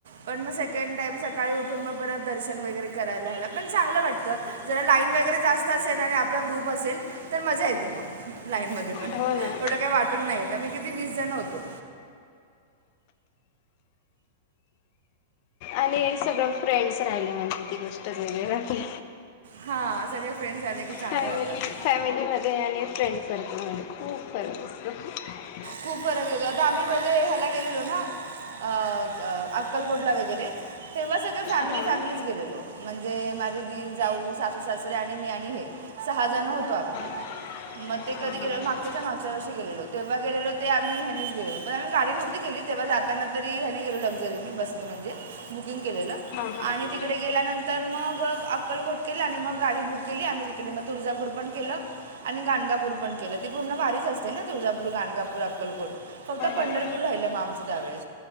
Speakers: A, on the right; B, on the left.
A: पण मग सेकंड टाईम सकाळी उठून मग परत दर्शन वगैरे करायला हेला. पण चांगलं वाटतं, जरा लाईन वगैरे जास्त असेल आणि आपला ग्रुप असेल, तर मजा येते मग लाईन मध्ये. एवढं
B: हो ना
A: काय वाटून नाहीयेत, आम्ही किती वीस जण होतो.
B: आणि सगळं फ्रेंड्स राहिले म्हणजे ती गोष्ट वेगळी राहते.
A: हां सगळे फ्रेंड्स आले की चांगलं
B: फॅमिली
A: जातं
B: फॅमिली मध्ये आणि फ्रेंड सर्कल मध्ये खूप फरक असतो.
A: खूप बर केलं, <unintelligible> आता आम्ही म्हध्ये ह्यायला गेलेलो ना. अ- अक्कलकोटला वगैरे. तेव्हा सगळे फॅमिली
B: हां हां
A: फॅमिलीच गेलेलो. म्हणजे माझी दिर, जाऊ, सासू, सासरे आणि मी आणि हे. सहा जण होतो आम्ही.
B: <unintelligible>
A: म ते कधी
B: हां
A: गेलेलो, मागच्या च्या मागच्या वर्षी गेलेलो. तेव्हा गेलेलो ते आम्ही ह्यानेच गेलेलो. पण आम्ही गाडी नव्हती केली. तेव्हा जाताना तरी ह्याने गेलो, लक्झरी बसनी म्हणजे बुकिंग केलेलं,
B: हां हो
A: आणि तिकडे गेल्यानंतर मग मग अक्कलकोट केलं आणि मग गाडी बुक केली आम्ही तिकडे. मग तुळजापूर पण केलं आणि गाणगापूर पण केलं. ती पूर्ण वारीच असते ना तुळजापूर, गाणगापूर, अक्कलकोट. फक्त पंढरपूर
B: ना
A: राहिलं म आमचं त्यावेळे.